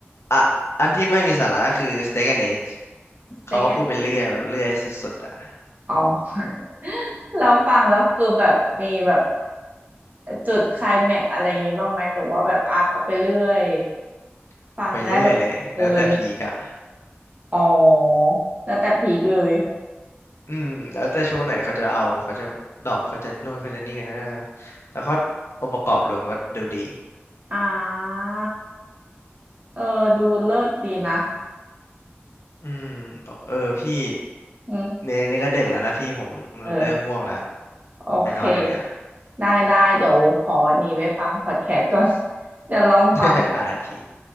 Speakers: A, on the left; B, on the right.
A: อ่ะอันที่ไม่มีสาระคือ Steak and Eggs
B: steak
A: เขาก็พูดไปเรื่อยแบบเรื่อยสุดๆอ่ะ
B: and egg อ๋อ <laughs> เราฟังแล้วคือแบบมีแบบจุดไคลแม็กซ์อะไรอย่างงี้บ้างไหมหรือว่าแบบอ่ะก็ไปเรื่อย
A: <laughs>
B: ฟังได้แบบเพลิน
A: ไปเรื่อยเลยแล้วแต่พีกอะ
B: ๆอ๋อแล้วแต่พีคเลย
A: อืมแล้วแต่ช่วงไหนเขาจะเอาเขาจะดรอปเขาจะนู่นเขาจะนี่กันนะแล้วเขาองค์ประกอบรวมก็ดูดี
B: อ่าเออดูเลิศดีนะ
A: อืมเออพี่
B: อืม
A: เนี่ยเนี่ยก็ดึกแล้วนะพี่ผมเริ่มง่วงแล้ว
B: เออ โอเค
A: ไปนอนก่อนดีกว่า
B: ได้ได้ เดี๋ยวขอหนีไปฟังพอดแคสต์ก่อน <laughs> เดี๋ยวลองฟังบ้าง
A: <laughs> ได้พี่